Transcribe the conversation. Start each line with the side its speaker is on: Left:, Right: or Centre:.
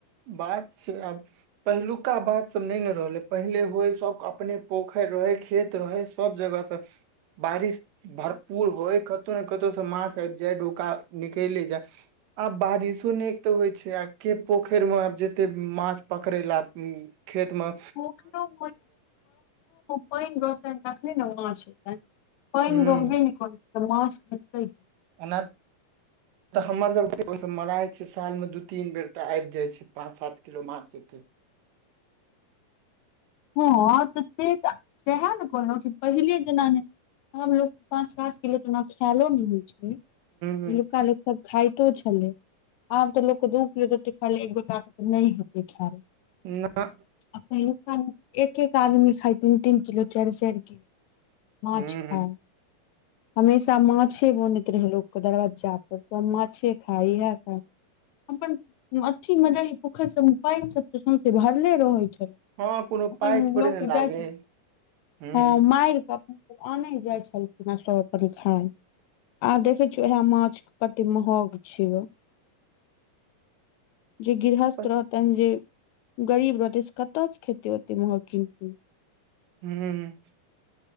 Right: बात छै आब पहिलुका बात सब नै न रहले पहिले होय सब अपने पोखरि रहे खेत रहै सब जगह सऽ बारिश भरपूर होय कतौ न कतौ स माछ आबि जाय डोका निकैले जाय आब बारिश ने तऽ होइ छै आब के पोखैरमे आब जेते माछ पकड़ै लए खेतमे
Left: पोखरो मे पइन रहते तखने न माछ पैइन
Right: हूं
Left: रहबे ने करे त माछ एतै
Right: ओना तऽ हमर सब के ओ सब मराय छै साल मे दू तीन बेर तऽ आइब जाय छै पांच सात किलो माछ <inaudible>
Left: हँ तऽ से तऽ सएहो ने कहलो पहिले जेना नै आब लोक के पाच सात किलो तऽ ओना खायलो नहि होइ छै पहिलुका
Right: हूं
Left: लोक सब खाइतो छलै आब तऽ लोकके दु किलो देते खाय ला एक गोटाके तऽ नै हेतै खायल
Right: नाऽ
Left: <unintelligible> एक एक आदमी खाय दु तीन तीन किलो चैर चैर किलो माछ
Right: हूं
Left: खाय
Right: हूं
Left: हमेशा माछे बनैत रहे लोकके दरवज्जा पर सब माछे खा इएह खाय अपन अथी मे दही पोखरि सबमे पइन सब तऽ सौंसे भरले रहै छलै
Right: हँ कोनो
Left: अपन
Right: पाइ थोड़े
Left: लोक
Right: ने
Left: के
Right: लागे
Left: जाइ छै
Right: हइ। हूं
Left: ह मार कऽ अनय जाए छलखिन सब अपन खाय आब देखै छियै इएह माछ कतेक महग छै जे गृहस्थ
Right: बस
Left: रहतैन जे गरीब रहतै से कतयसँ खेतै ओते महग किन क
Right: हुं